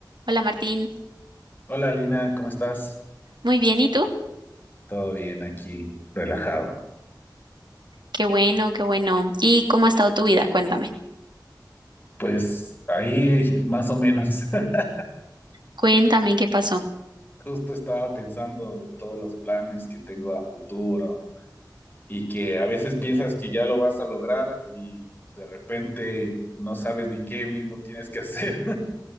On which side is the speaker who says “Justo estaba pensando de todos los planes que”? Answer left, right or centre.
Left